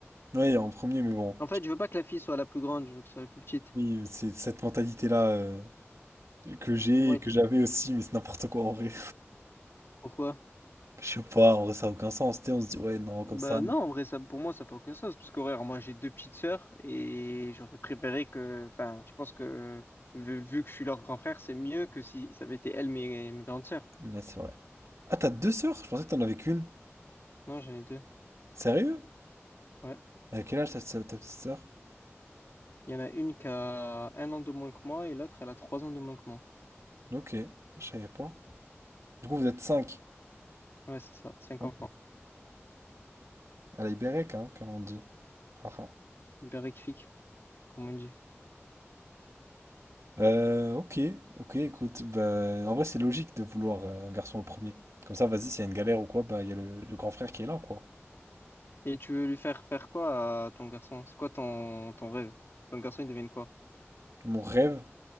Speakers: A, on the right (about 85°); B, on the left (about 55°).
A: Ouais, en premier, mais bon.
B: En fait, je veux pas que la fille soit la plus grande, je veux que ce soit la plus petite.
A: Oui, c'est cette mentalité-là, euh, que j'ai
B: Ouais,
A: et que
B: tu-
A: j'avais aussi, mais c'est n'importe quoi en vrai.
B: pourquoi?
A: Je sais pas, en vrai, ça a aucun sens. Tu sais, on se dit, ouais, non, comme
B: Bah
A: ça.
B: non, en vrai, ça, pour moi, ça n'a pas aucun sens. Parce que, ouais, moi, j'ai deux petites sœurs et j'aurais préféré que. Enfin, je pense que vu, vu que je suis leur grand frère, c'est mieux que si ça avait été elles, mes, mes grandes sœurs.
A: Ouais, c'est vrai. Ah, t'as deux sœurs? Je pensais que t'en avais qu'une.
B: Non, j'en ai deux.
A: Sérieux?
B: Ouais.
A: Et à quel âge ta, ta- ta petite sœur?
B: Il y en a une qui a un an de moins que moi et l'autre, elle a trois ans de moins que moi.
A: Ok, Ah, je savais pas. Du coup, vous êtes cinq.
B: Ouais, c'est ça. Cinq
A: Ok.
B: enfants.
A: À la Ibérec, hein, comme on dit. Haha.
B: Berrifique, comme on dit.
A: Euh, ok, ok, écoute. Bah, en vrai, c'est logique de vouloir euh, un garçon au premier. Comme ça, vas-y, s'il y a une galère ou quoi, bah, il y a le, le grand frère qui est là, quoi.
B: Et tu veux lui faire faire quoi à ton garçon? C'est quoi ton, ton rêve? Ton garçon, il devient quoi?
A: Mon rêve,